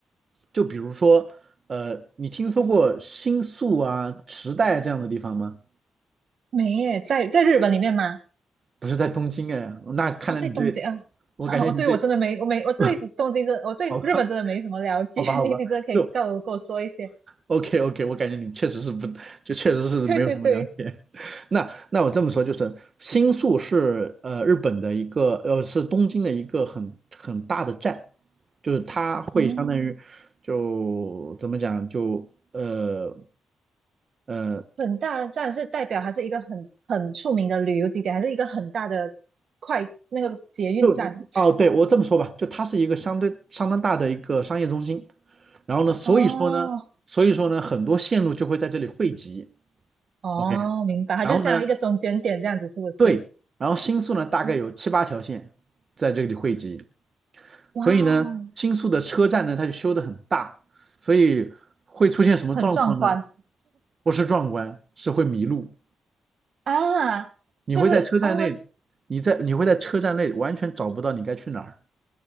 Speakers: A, on the right (about 50°); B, on the right (about 75°).
A: 就比如说，呃，你听说过新宿啊、池袋这样的地方吗？
B: 没耶，在在日本里面吗？
A: 不是在东京哎，那看来你对，
B: 哦，在东京啊，
A: 我感觉你对，
B: 啊，我对我真的没，我没，我对东京真，
A: <laughs>
B: 我对日本真的没什么了解。
A: 好吧，好吧，
B: <laughs>
A: 好吧，
B: 你你真的可以告我跟我说一些。
A: 就 OK OK，我感觉你确实是不，就确实是没有什么了解。
B: <laughs> 对对对，
A: <laughs> 那那我这么说就是，新宿是呃日本的一个呃是东京的一个很很大的站，就是它会相当于就怎么讲就呃
B: 嗯，
A: 呃。
B: 很大的站是代表它是一个很很出名的旅游景点，还是一个很大的快那个捷运站？
A: 就哦，对，我这么说吧，就它是一个相对相当大的一个商业中心，然后呢，所以说呢，
B: 哦
A: 所以说呢，很多线路就会在这里汇集
B: 哦，
A: ，OK，
B: 明白，它就像一个中间点这样子，
A: 然后呢，
B: 是不是？
A: 对，然后新宿呢大概有七八条线在这里汇集，
B: 嗯哇哦，
A: 所以呢，新宿的车站呢它就修得很大，所以会出现什么状况呢？
B: 很壮观
A: 不是壮观，是会迷路，
B: 啊！
A: 你会在车站内，
B: 就是哦，
A: 你在你会在车站内完全找不到你该去哪儿。